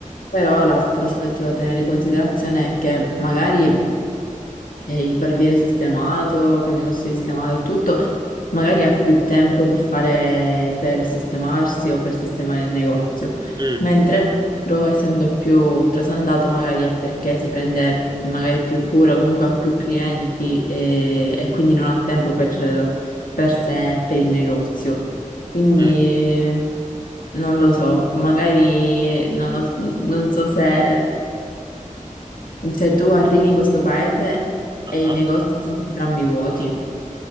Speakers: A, on the left; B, on the right.
A: però l'altro aspetto da tenere in considerazione è che magari eh, il barbiere sistemato, col negozio sistemato e tutto, magari ha più tempo per fare, per sistemarsi o per sistemare il negozio,
B: Mm,
A: mentre l'altro, essendo più trasandato, magari è perché si prende magari più cura, comunque ha più clienti e, e quindi non ha tempo per, per sé e per il negozio. Quindi
B: mm,
A: non lo so, magari non, lo- non so se cioè, tu arrivi in questo paese e
B: aha.
A: i negozi sono entrambi vuoti.